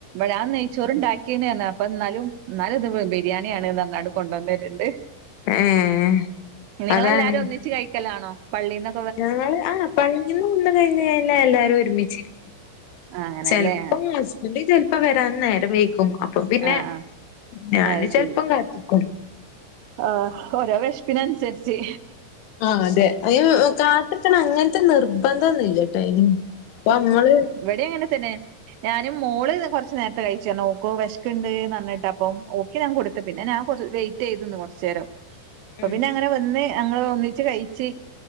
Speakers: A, on the right; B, on the left.
A: ഞാൻ നയ് ചോറണ്ടാക്കിയ്ണ് അപ്പ ന്നാലും ന്നാലും ഇത് ബിരിയാണിയാണ് പറഞ്ഞാ കൊണ്ടുവന്നര്ണ്ട്
B: ഏഹ്
A: നിങ്ങളെല്ലാരും
B: അതാണ്
A: ഒന്നിച്ച് കഴിക്കലാണോ പള്ളിന്ന്
B: ഞങ്ങള് ആ പള്ളിന്ന് കൊന്ന് കഴിഞ്ഞ് കഴിഞ്ഞാ എല്ലാരും ഒരുമിച്ചിരി
A: ആഹ് അങ്ങനെല്ലേ
B: ചെലപ്പം മോ ചെലപ്പോ വരാൻ നേരം വൈകും അപ്പൊ പിന്നെ
A: ആഹ് ആഹ്
B: ഞാന്
A: അത്
B: ചെലപ്പം
A: ശരി
B: കാത്തിക്കും
A: ആഹ് ഒരോ വെശ്പിനൻസരിച്ച്
B: ആഹ് അതെ അയ് കാത്ത്ക്കണം അങ്ങനത്തെ നിർ പ്പന്തോന്നും ല്ലടൈന് ഇപ്പൊ അമ്മള്
A: ഇവിടെ അങ്ങനെ തന്നെ ഞാനും മോള് കുറച്ച് നേരത്തെ കഴിച് ഓല്ക് വേഷ് ക്കിണ്ട് ന്നർഞ്ഞിട്ട് അപ്പ ഓക്കെ ഞാൻ കൊടുത്ത പിന്നെ ഞാൻ വെയിറ്റ് ചെയ്തന്ന് കൊറച്ചു നേരം
B: ഉം
A: പിന്നെ അങ്ങനെ വന്ന് ഞങ്ങള് ഒന്നിച്ച് കഴിച്